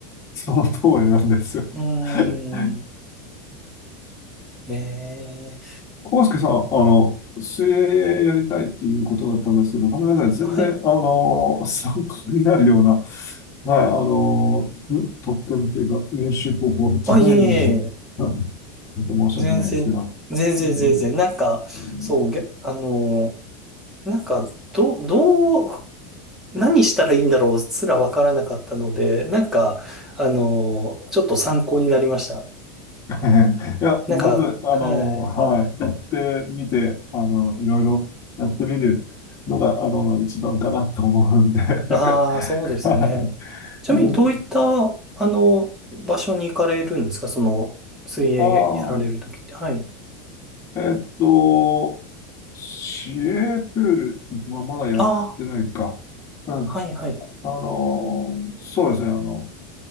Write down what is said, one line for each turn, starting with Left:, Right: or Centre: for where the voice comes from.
Left: その通りなんですよ。
Centre: うーん、
Left: <laughs>
Centre: ええ、
Left: 康介さん、あの、水泳やりたいっていうことだったんですけど、ごめんなさい。全然、
Centre: はい。
Left: あの、<laughs> 参考になるような、はい、あの、ん特訓っていうか、練習方法じゃないんで、
Centre: あ、いえいえ、
Left: あ本当申し訳ないですけど。
Centre: 全然、全然全然。
Left: うん
Centre: なんか、
Left: うん
Centre: そう、げ、あのー、なんか、ど、どう、何したらいいんだろうすらわからなかったので、なんか、あのー、ちょっと参考になりました。
Left: <laughs> いや、
Centre: なんか、
Left: まず、あの、
Centre: はい。
Left: はい、行ってみて、あの、いろいろやってみるのが、あの、一番かなと思うんで。<laughs>
Centre: ああ、そうですね。
Left: はい。
Centre: ちなみに、
Left: うん
Centre: どういった、あの、場所に行かれるんですかその、水泳やられるときって。
Left: ああ、
Centre: はい。
Left: えっと、市営プールはまだやってないか。
Centre: ああ、
Left: うん。
Centre: はい、はい。
Left: あの、そうですね。あの、